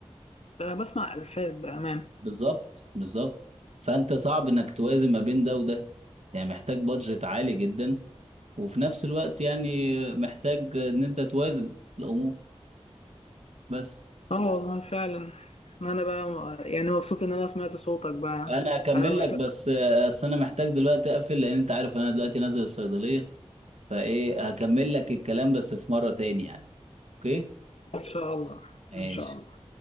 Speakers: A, on the left; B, on the right.
A: ده انا بسمع الفاظ بامان
B: بالظبط بالظبط فأنت صعب إنك توازن ما بين ده وده يعني محتاج بادجت عالي جدا وفي نفس الوقت يعني محتاج إن أنت توازن الأمور بس
A: اه والله فعلا انا بقى يعني مبسوط ان انا سمعت صوتك بقى
B: انا هكمل
A: على وقتك
B: لك بس آه، بس انا محتاج دلوقتي اقفل لان انت عارف انا دلوقتي نازل الصيدلية فايه هكمل لك الكلام بس في مرة تاني يعني اوكي
A: ان شاء الله
B: ماشي
A: ان شاء الله